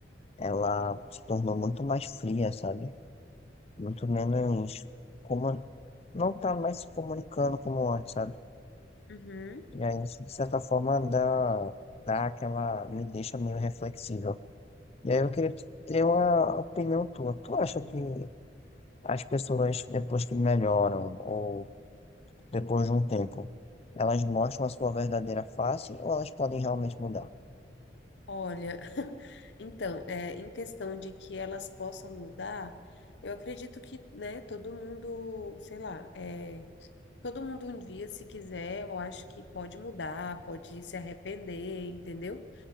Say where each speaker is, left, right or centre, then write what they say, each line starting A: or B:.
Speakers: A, on the left; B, on the left.
A: ela se tornou muito mais fria, sabe? muito menos como não tá mais se comunicando como antes, sabe?
B: Uhum.
A: E aí, isso, de certa forma, dá, dá aquela, me deixa meio reflexível. E aí eu queria te- ter uma opinião tua. Tu acha que as pessoas, depois que melhoram, ou depois de um tempo, elas mostram a sua verdadeira face ou elas podem realmente mudar?
B: Olha, <laughs> então, é, em questão de que elas possam mudar, eu acredito que, né, todo mundo, sei lá, é, todo mundo um dia, se quiser, eu acho que pode mudar, pode se arrepender, entendeu?